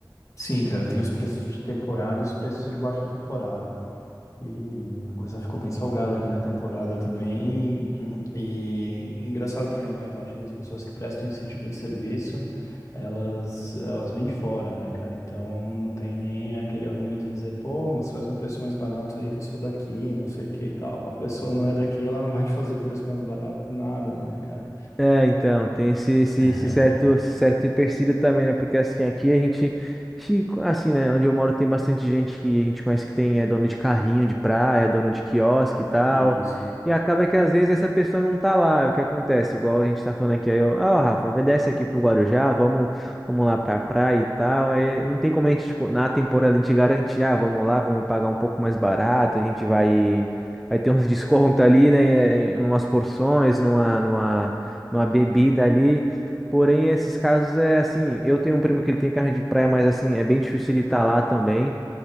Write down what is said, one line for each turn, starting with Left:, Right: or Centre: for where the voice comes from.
Left: Sim, cara, tem os preços de temporada e os preços de baixa temporada. E a coisa ficou bem salgada aqui na temporada também. E, e engraçado porque a maior parte das pessoas que prestam esse tipo de serviço, elas elas vêm de fora, né, cara? Então não tem nem aquele argumento de dizer, pô, mas faz um preço mais barato aí que eu sou daqui, não sei o que e tal. A pessoa não é daqui, ela não vai te fazer preço mais barato nada, né, cara?
Centre: É, então, tem esse, esse,
Left: <laughs>
Centre: esse certo, esse certo empecilho também, né? Porque assim, aqui a gente, se- assim, né? Onde eu moro tem bastante gente que a gente conhece que tem, é dono de carrinho de praia, é dono de quiosque e tal.
Left: E
Centre: E acaba que às vezes essa pessoa não tá lá. é O que acontece? Igual a gente tá falando aqui, aí eu, ah, Rafa, vê, desce aqui pro Guarujá, vamos, vamos lá pra praia e tal. Aí não tem como a gente, tipo, na temporada a gente garantir, ah, vamos lá, vamos pagar um pouco mais barato, a gente vai. Vai ter uns descontos ali, né? Em umas porções, numa, numa, numa bebida ali. Porém, esses casos é assim, eu tenho um primo que ele tem carro de praia, mas assim, é bem difícil ele estar lá também.